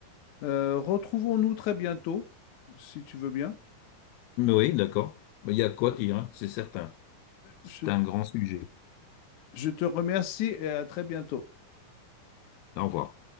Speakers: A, on the left; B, on the left.
A: Euh, retrouvons-nous très bientôt, si tu veux bien.
B: Mais Oui, d'accord. Il y a quoi dire, hein, c'est certain. C'est
A: Je
B: un grand sujet.
A: Je te remercie et à très bientôt.
B: Au revoir.